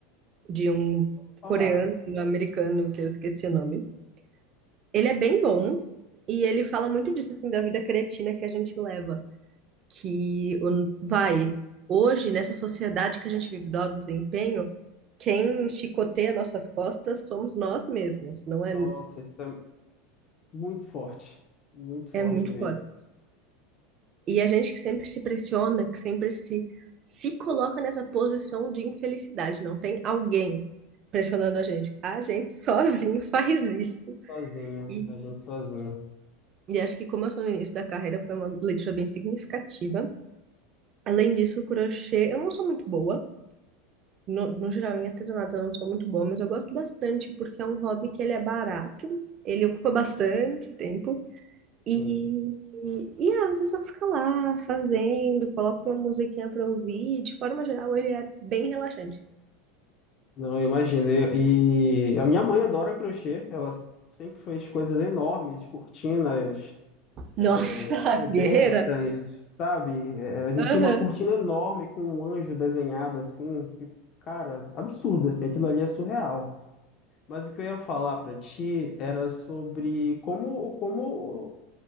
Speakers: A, on the right (about 40°); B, on the left (about 45°).
A: de um
B: Vou falar.
A: coreano, um americano que eu esqueci o nome. Ele é bem bom e ele fala muito disso assim da vida cretina que a gente leva. que o- vai, hoje, nessa sociedade que a gente vive do alto desempenho, quem chicoteia nossas costas somos nós mesmos, não é,
B: Nossa, isso é muito forte. Muito forte
A: é muito
B: mesmo.
A: foda. E a gente que sempre se pressiona, que sempre se, se coloca nessa posição de infelicidade, não tem alguém pressionando a gente. A gente sozinho <laughs> faz isso.
B: Sozinho,
A: E,
B: a gente sozinho.
A: e acho que como eu tô no início da carreira, foi uma leitura bem significativa. Além disso, o crochê, eu não sou muito boa, No, no geral, em artesanato eu não sou muito boa, mas eu gosto bastante porque é um hobby que ele é barato, ele ocupa bastante tempo
B: Sim.
A: e, e, e, ah, você só fica lá fazendo, coloca uma musiquinha pra ouvir. De forma geral, ele é bem relaxante.
B: Não, eu imagino. E e a minha mãe adora crochê. Ela sempre fez coisas enormes, cortinas, é,
A: Nossa,
B: cobertas,
A: <laughs> guerreira!
B: sabe? É, a gente
A: Aham.
B: tinha uma cortina enorme com um anjo desenhado assim, tipo, cara, absurdo, assim. Aquilo ali é surreal. Mas o que eu ia falar para ti era sobre como, como